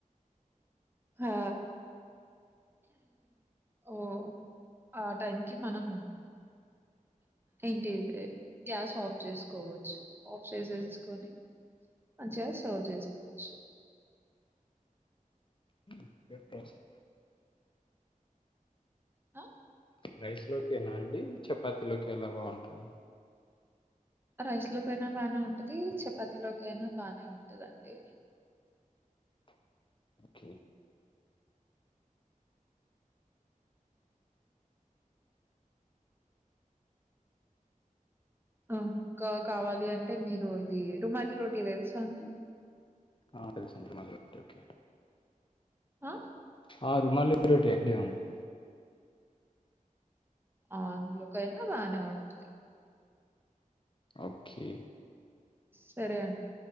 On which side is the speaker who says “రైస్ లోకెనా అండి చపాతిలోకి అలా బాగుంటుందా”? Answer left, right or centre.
Left